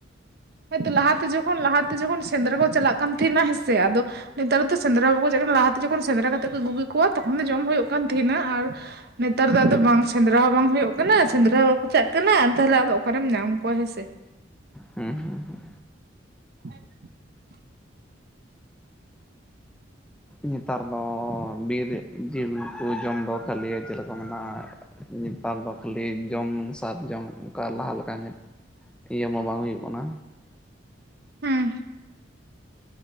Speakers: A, on the right; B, in the centre.
A: ᱦᱮᱸᱛᱚ ᱞᱟᱦᱟᱛᱮ ᱡᱚᱠᱷᱚᱱ ᱞᱟᱦᱟᱛᱮ ᱡᱚᱠᱷᱚᱱ ᱥᱮᱸᱫᱽᱨᱟ ᱠᱚ ᱪᱟᱞᱟᱜ ᱠᱟᱱ ᱛᱟᱦᱮᱱᱟ ᱦᱮᱸᱥᱮ ᱟᱫᱚ, ᱱᱮᱛᱟᱨ ᱫᱚ ᱥᱮᱸᱫᱽᱨᱟ ᱵᱟᱠᱚ ᱪᱟᱞᱟᱜ ᱠᱟᱱᱟ ᱞᱟᱦᱟᱛᱮ ᱡᱚᱠᱷᱚᱱ ᱥᱮᱸᱫᱽᱨᱟ ᱠᱟᱛᱮᱫ ᱠᱚ ᱟᱹᱜᱩ ᱠᱮᱠᱚᱣᱟ ᱛᱚᱠᱷᱚᱱ ᱫᱚ ᱡᱚᱢ ᱦᱩᱭᱩᱜ ᱠᱟᱱ ᱛᱟᱦᱮᱱᱟ ᱟᱨ ᱱᱮᱛᱟᱨ ᱫᱚ ᱟᱫᱚ ᱵᱟᱝ ᱥᱮᱸᱫᱽᱨᱟ ᱦᱚᱸ ᱵᱟᱝ ᱦᱩᱭᱩᱜ ᱠᱟᱱᱟ ᱥᱮᱸᱫᱽᱨᱟ ᱦᱚᱸ ᱵᱟᱠᱚ ᱪᱟᱜ ᱠᱟᱱᱟᱱ ᱛᱟᱦᱚᱞᱮ ᱟᱫᱚ ᱚᱠᱟᱨᱮᱢ ᱧᱟᱢ ᱠᱚᱣᱟ ᱦᱮᱸ ᱥᱮ ᱾
B: ᱦᱩᱸ ᱦᱩᱸ ᱦᱩᱸ
A: <inaudible>
B: ᱧᱮᱛᱟᱨ ᱫᱚ ᱵᱤᱨ ᱮ ᱡᱤᱞ ᱠᱚ ᱡᱚᱢ ᱫᱚ ᱠᱷᱟᱹᱞᱤᱭᱟ ᱪᱮᱞᱮᱠᱚ ᱢᱮᱱᱟ ᱧᱮᱛᱟᱨ ᱫᱚ ᱠᱷᱟᱹᱞᱤ ᱡᱚᱢ ᱥᱟᱛᱡᱚᱝ ᱚᱱᱠᱟ ᱞᱟᱦᱟ ᱞᱮᱠᱟ ᱧᱮᱞ ᱤᱭᱟᱹ ᱢᱟ ᱵᱟᱝ ᱦᱩᱭᱩᱜ ᱠᱟᱱᱟ
A: ᱦᱮᱸ